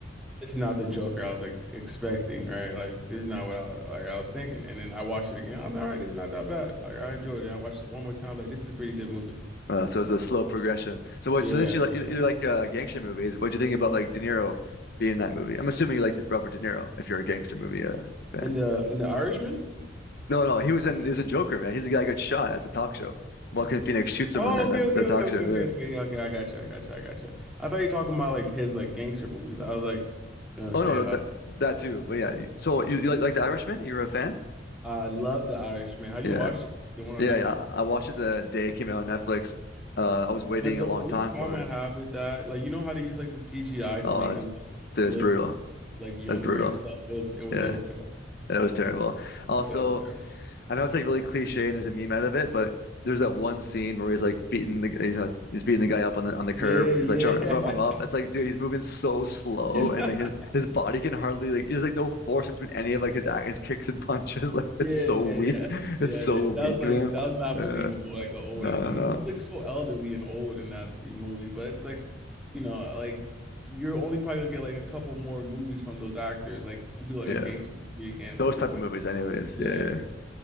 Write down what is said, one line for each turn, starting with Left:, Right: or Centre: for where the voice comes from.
Centre: this is not the Joker I was like expecting, right? Like, this is not what I like I was thinking." And then I watched it again. I was like, "All right, it's not that bad. Like, I enjoyed it." And I watched it one more time. I was like, "This is a pretty good movie."
Left: Uh, so it's a slow progression. So what?
Centre: Yeah,
Left: So that you like
Centre: yeah.
Left: you, you like uh, gangster movies. What do you think about like De Niro being in that movie? I'm assuming you like Robert De Niro if you're a gangster movie uh, fan.
Centre: And the and the Irishman?
Left: No, no, he was in he was in Joker, man. He's the guy who got shot at the talk show. Joaquin Phoenix shoots
Centre: Oh,
Left: him on, on
Centre: okay,
Left: that,
Centre: okay,
Left: that
Centre: okay,
Left: talk
Centre: okay,
Left: show.
Centre: okay,
Left: Yeah.
Centre: okay. Yeah, okay, I got you, I got you, I got you. I thought you were talking about like his like gangster movies. I was like gonna
Left: Oh
Centre: say,
Left: no, no,
Centre: uh,
Left: that that too. But yeah, you, so you, you like like The Irishman? You were a fan?
Centre: I love The Irishman. Have
Left: Yeah,
Centre: you watched it? The one on
Left: yeah,
Centre: Netflix?
Left: yeah. I, I watched it the day it came out on Netflix. Uh, I was waiting
Centre: But the
Left: a long
Centre: only
Left: time
Centre: problem
Left: for it.
Centre: I have with that, like you know how they use like the CGI to
Left: Oh,
Centre: make
Left: it was,
Centre: him
Left: it was
Centre: look
Left: brutal.
Centre: like younger
Left: That's brutal.
Centre: and stuff. It was it was
Left: Yeah,
Centre: it was terrible.
Left: that was terrible. Also,
Centre: It was terrible.
Left: I know it's like really cliche and there's a meme out of it, but there's that one scene where he's like beating the he's, uh, he's beating the guy up on the on the curb.
Centre: Yeah,
Left: He's
Centre: yeah.
Left: like trying to rough him up. It's like, dude, he's moving so slow
Centre: <laughs>
Left: and like his his body can hardly like there's like no force between any of like his ac- his kicks and punches. <laughs> Like
Centre: Yeah,
Left: it's so weak.
Centre: yeah, yeah.
Left: It's
Centre: Yeah,
Left: so
Centre: That,
Left: weak,
Centre: that was like
Left: man.
Centre: that was not
Left: Uh,
Centre: believable. Like an old,
Left: no,
Centre: he
Left: no, no.
Centre: was he looked so elderly and old in that movie. But it's like, you know, like you're only probably gonna get like a couple more movies from those actors, like to do like
Left: Yeah,
Centre: a gangster movie again,
Left: those
Centre: which
Left: type
Centre: is like,
Left: of movies, anyways.
Centre: yeah.
Left: Yeah, yeah.